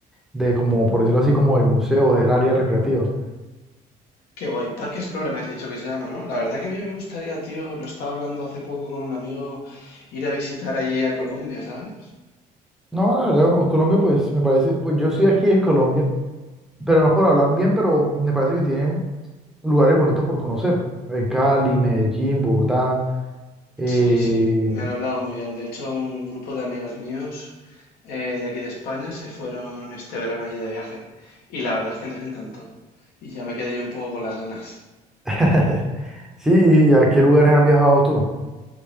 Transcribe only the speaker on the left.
Qué guay. Parque Explora me has dicho que se llama, ¿no? La verdad que a mí me gustaría, tío, lo estaba hablando hace poco con un amigo, ir a visitar allí a Colombia, ¿sabes?
Sí, sí, me han hablado muy bien. De hecho, un grupo de amigos míos eh, de aquí de España se fueron este verano allí de viaje. Y la verdad es que les encantó. Y ya me quedé yo un poco con las ganas.